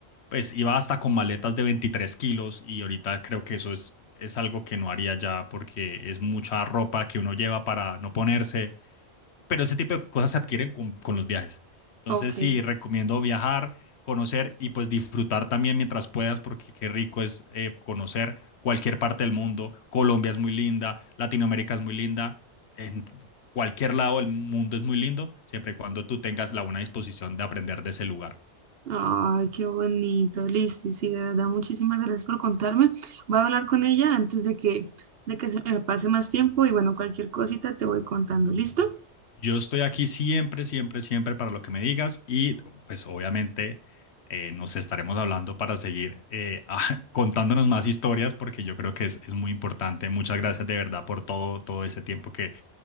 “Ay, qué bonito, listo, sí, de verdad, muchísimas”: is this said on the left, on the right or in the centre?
Right